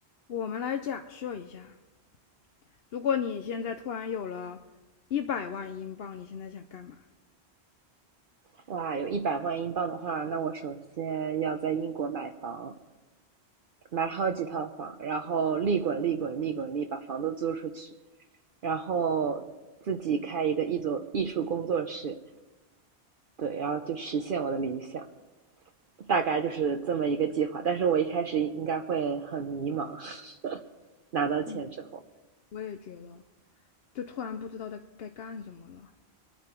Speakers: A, on the left (about 65°); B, on the right (about 55°).
A: 我们来假设一下，如果你现在突然有了一百万英镑，你现在想干嘛？
B: 哇，有一百万英镑的话，那我首先要在英国买房，买好几套房，然后利滚利滚利滚利，把房子租出去，然后自己开一个艺作艺术工作室，对，然后就实现我的理想，大概就是这么一个计划。但是我一开始应该会很迷茫，<laughs> 拿到钱之后，
A: 嗯，我也觉得，就突然不知道该该干什么了。